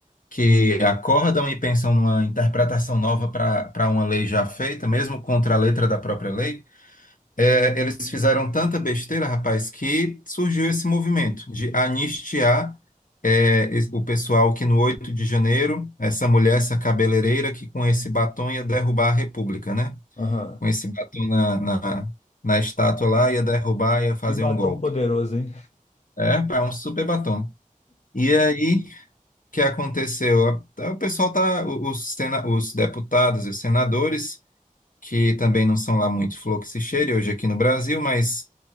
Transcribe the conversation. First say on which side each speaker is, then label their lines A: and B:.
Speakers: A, on the left; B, on the left.
A: que acordam e pensam numa interpretação nova para para uma lei já feita, mesmo contra a letra da própria lei. É, eles fizeram tanta besteira, rapaz, que surgiu esse movimento de anistiar é, es- o pessoal que no 8 de janeiro, essa mulher, essa cabeleireira que com esse batom ia derrubar a República, né?
B: Aham.
A: com esse batom na, na, na estátua lá, ia derrubar, ia fazer
B: Que batom
A: um golpe.
B: poderoso, hein?
A: É, pá, um super batom. E aí, o que aconteceu? O pessoal tá, os, sena, os deputados e os senadores que também não são lá muito flor que se cheire hoje aqui no Brasil, mas